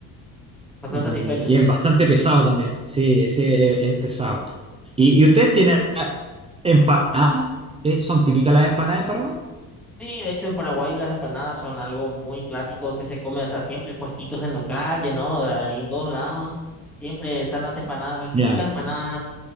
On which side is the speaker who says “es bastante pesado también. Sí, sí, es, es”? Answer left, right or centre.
Right